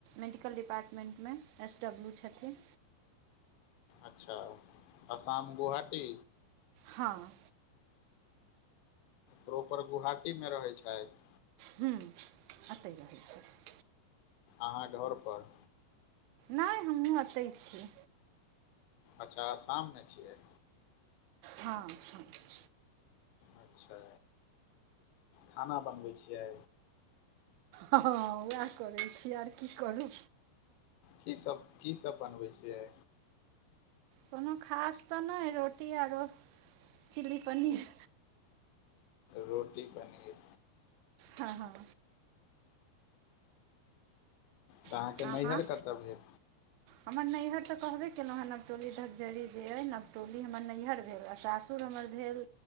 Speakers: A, on the right; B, on the left.
A: मेडिकल डिपार्टमेन्टमे एस- डब्लू छथिन।
B: अच्छा आसाम गुहाटी।
A: हँ।
B: प्रोपर गुहाटीमे रहै छाइथ।
A: हम्म एतहि रहै छैथ।
B: अहाँ घर पर।
A: नहि हमहुँ अतै छी।
B: अच्छा आसाममे छियै।
A: हँ -हँ।
B: अच्छा, खाना बनबै छियै।
A: हँ उएह करैत छी आर की करू।
B: की सब, की सब बनबै छियै।
A: कोनो खास तऽ नहि रोटी आरो चिली पनीर।
B: रोटी पनीर।
A: हँ- हँ।
B: तऽ अहाँके
A: अहाँ
B: नैहिइर कतऽ भेल।
A: हमर नैहर तऽ कहबे केलहुँ हेँ नवटोली धरजरी जे अइ नवटोली हमर नैहर भेल आ सासु सुर हमर भेल